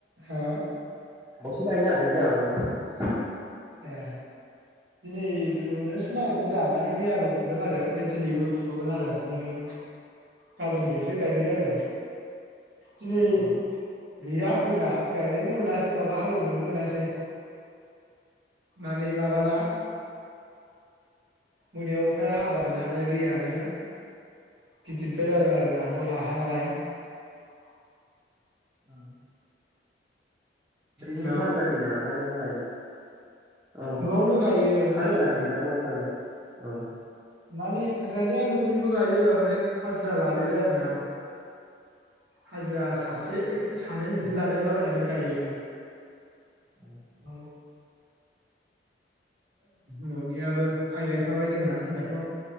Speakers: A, on the right; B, on the right.
A: हा?
B: दसे गायनो नागिरदों जोंहाबो दिनै।
A: ए दिनै फुनोसो नागिरदों जोंहा माने मैयाबो फुदों आरो
B: अ
A: ओमफ्राय दिनैबो फु फुगोन आरो। ओमफ्राय गाबोननिफ्रायसो गायनाय जागोन दिनै
B: अ
A: गैया जोंना गायनोनो मोनासै माबा हालेवनोनो मोनासै। माने माबाना मोनायाव अखाया हाबायना ओमफ्राय दैयानो गिदिरद्राय जादों आरो ना दहाय हा नालाय। <unintelligible>
B: <inaudible> ओरैनो
A: हेलौ
B: हाजिरा होयो नामा ना न'आवनो गायो औ
A: न'आवनो गायो ओमफ्राय
B: हाजिरा होयोना न'आवनो गायो? औ।
A: माने गायनाया न'निबो गायो ओमफ्राय हाजिरा लादेरो आरो ना। हाजिरा सासे
B: हाजिरा होयोना
A: सानै बिदिनो
B: औ
A: लादेरलाबायनानै गायो।
B: <inaudible>
A: औ न'नियाबो आइ गायफाबाय जोंना जोंहाथ'